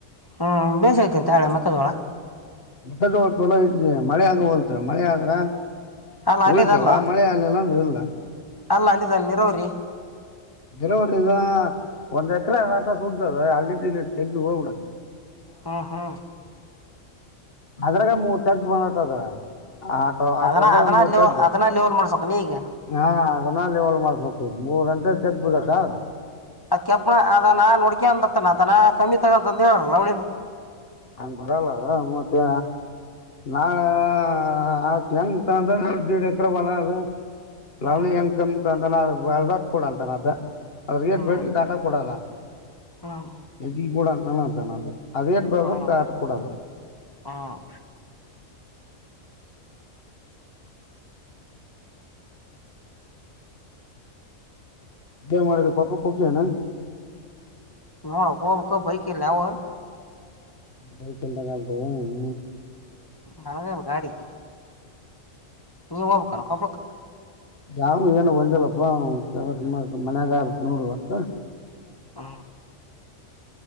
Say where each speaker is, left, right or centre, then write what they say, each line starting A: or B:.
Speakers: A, on the left; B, on the left.
A: ಹ್ಮ್ ಬೇಸಐತೆಂತೆ ಹಾ ಮೆಕ್ಕದೋಳ
B: ಮಲೋ ಇ ಮಳೆ ಹಾಗಗ ಹೊಲ್ತ ಮಳೆ ಆದ್ರ
A: ಅಲ್ಲ
B: ಉಳಿತೇವ
A: ಅಲ್ಲಿದಲ್ಲ
B: ಮಳೆ ಆಲ್ಲಿಲ್ಲ ಇಲ್ಲ
A: ಅಲ್ಲ ಅಲ್ಲಿದ ಅಲ್ಲಿ ನೀರೋರಿ
B: ಗರವಿದ ಒಂದ್ ಎಕರೆ ಆಟ ಸುುದ್ದದ ಅಲ್ಲಿಟ್ಟ ಇಲ್ಲಿಟ್ಟ ತೆಗಿ ಹೋಗಬಿಡೆ
A: ಹ್ಮ್ ಹ್ಮ್
B: ಅದ್ರಾಗ ಮೂರ್ ತಕ ಬಂದತದ ಆಟೋ ಆಟೋ
A: ಅದನ್ನ ಅದನ್ನ
B: ಮೂರು
A: ಲೆವ
B: ಕೆಗು
A: ಅದನ್ನ ಲೆವಲ್ ಮಾಡ್ಸಕ ನೀ ಈಗ
B: ಹಾ ಅದನ್ನ ಲವಲ್ ಮಾಡ್ಬೇಕ ಮೂರ್ ಗಂಟೆ ತಗ್ಬುದತ್ತ
A: ಆ ಕೆಬ್ಣ ಅದ ನಾನ್ ನಡ್ಕೆ ಅಂದತ್ತನ ನಾ ಕಮ್ಮಿ ತಗಂತಂದು ಹೇಳಲ್ಲ ನಳ
B: ಅಂತರಲ್ಲ ಮತ್ತೆ ನಾಳೆ ಆ ಹೆಂಗ ಅಂದ್ರೆ ದೀಡ್ ಎಕ್ರ ಹೊಲ ಅದ
A: ಹ್ಮ್
B: ಲವಣಿ ಹೆಂಕಮಂತ ಅಂತಾನ ಅದಾಟ್ ಕೊಡಂತಾನ ಅದ್ರ ಗೇ
A: ಹ್ಮ್
B: ಬೇ ದ ಆಟ ಕೊಡಲ್ಲ
A: ಹ್ಮ್
B: ಹೆಚ್ಚಿಗೆ ಕೂಡ ಅಂತಾನಾ ಏನ್ ಆತ ಅದೇ ಏಟ
A: ಹ್ಮ್
B: ಆಟ ಕೂಡದು
A: ಹ್ಮ್
B: ಏ ಮಾಡೋದು ಪಪಕ್ಕ ಕಿನಾ
A: ಹ ಹೋಗಬೇಕ ಭೈಕಿಲ್ಲ ಅವ
B: ಬೈಕ ಇಲ್ಲ <unintelligible>
A: ನನಗೆ ಗಾಡಿಗೆ ನೀ ಹೋಗಬೇಕೇನು ಕೊಪ್ಪಳಕಾ
B: ಯಾರು ಏನು ಬಂದಿಲ್ಲಪ್ಪಾ ಮತ್ತೆ ಮನ್ಯಾಗಾರ ನೋಡು ಇವತ
A: ಹ್ಮ